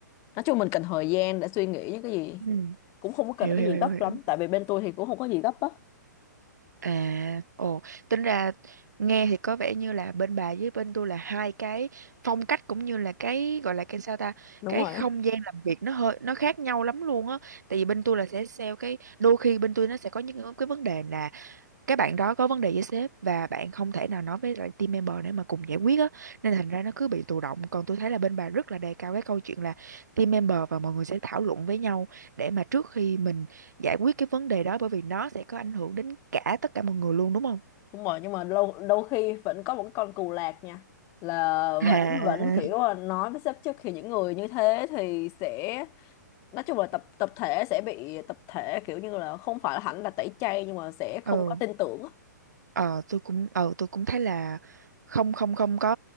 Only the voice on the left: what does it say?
nói chung mình cần thời gian để suy nghĩ những cái gì
cũng không có cần
cái
gì
gấp
lắm tại vì bên tôi thì cũng không có gì gấp á
Đúng
rồi.
đúng rồi nhưng mà lâu đôi khi vẫn có một cái con cù lạc nha là
vẫn vẫn kiểu là nói với sếp trước thì những người như thế thì sẽ nói chung là tập tập thể sẽ bị tập thể kiểu như là không phải là hẳn là tẩy chay nhưng mà sẽ không
có tin tưởng á.